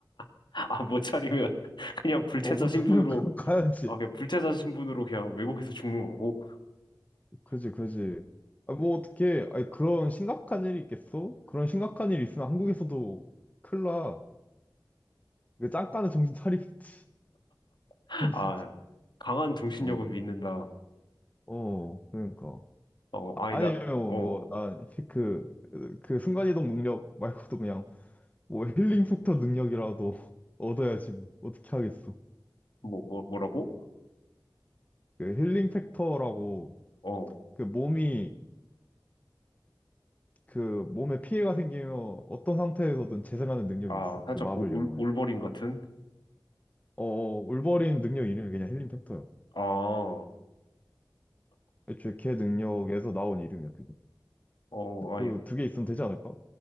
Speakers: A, on the left; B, on the left.
A: <laughs> 아, 못 차리면 <laughs> 그냥 불체자
B: 어, 못
A: 신분으로
B: 차리면 그럼 <laughs> 가야지.
A: 아, 그냥 불체자 신분으로 그냥 외국에서 죽는 거고.
B: 그지, 그지. 아, 뭐 어떻게, 아니, 그런 심각한 일이 있겠어? 그런 심각한 일이 있으면 한국에서도 큰일 나. 그 잠깐은 정신 차리겠지. <laughs>
A: <laughs>
B: 정신.
A: 아, 강한 정신력을
B: 어,
A: 믿는다.
B: 어, 그러니까.
A: 어, 아니다.
B: 아니면
A: 어,
B: 뭐, 난 그, 그 순간이동 능력 말고도 그냥 뭐 힐링 팩터 능력이라도 <laughs> 얻어야지 뭐. 어떻게 하겠어.
A: 뭐, 뭐, 뭐라고?
B: 그 힐링 팩터라고
A: 어,
B: 그 몸이, 그 몸에 피해가 생기면 어떤 상태에서든 재생하는 능력이
A: 아,
B: 있어.
A: 살짝
B: 그 마블
A: 그 울,
B: 영화에.
A: 울버린 같은?
B: 어, 어, 울버린 능력 이름이 그냥 힐링 팩터야.
A: 아, 어,
B: 애초에 걔 능력에서 나온 이름이야, 그게.
A: 아니,
B: 그 두 개 있으면 되지 않을까?